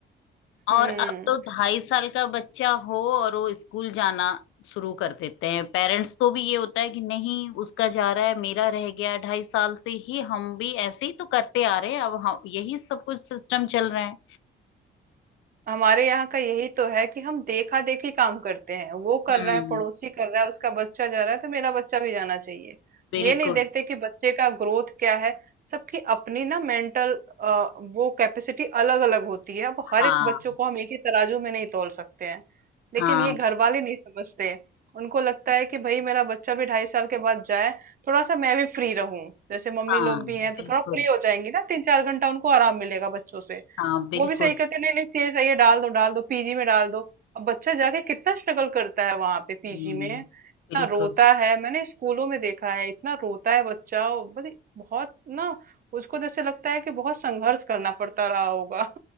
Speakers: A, on the left; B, on the right.
A: और
B: हम्म
A: अब तो ढाई साल का बच्चा हो और वो स्कूल जाना शुरू कर देते हैं पेरेंट्स को भी ये होता है कि नहीं उसका जा रहा है मेरा रह गया ढाई साल से ही हम भी ऐसे ही तो करते आ रहे हैं अब हम यही सब कुछ सिस्टम चल रहा है
B: हमारे यहाँ का यही तो है कि हम देखा देखी काम करते हैं वो कर
A: हम्म
B: रहा है पड़ोसी कर रहा है उसका बच्चा जा रहा है तो मेरा बच्चा भी जाना चाहिए
A: बिल्कुल
B: ये नहीं देखते कि बच्चे का ग्रोथ क्या है सबकी अपनी ना मेंटल वो कैपेसिटी अलग अलग होती है अब
A: हाँ
B: हर एक बच्चों को हम एक ही तराजू में नहीं तोल सकते हैं लेकिन
A: हाँ
B: ये घर वाले नहीं समझते उनको लगता है कि भाई मेरा बच्चा भी ढाई साल के बाद जाए थोड़ा सा मैं भी फ्री रहूं जैसे मम्मी
A: हाँ
B: लोग भी
A: बिल्कुल
B: हैं तो थोड़ा फ्री हो जाएंगी ना तीन चार घंटा उनको आराम मिलेगा बच्चों से
A: हाँ बिल्कुल
B: वो भी सही कहते हैं, नहीं नहीं ये सही है डाल दो डाल दो पीजी में डाल दो अब बच्चा जाके कितना स्ट्रगल करता है वहां पे पीजी
A: हम्म
B: में इतना
A: बिल्कुल
B: रोता है मैंने स्कूलों में देखा है इतना रोता है बच्चा और बड़ी- बहुत ना उसको जैसे लगता है कि बहुत संघर्ष करना पड़ता रहा होगा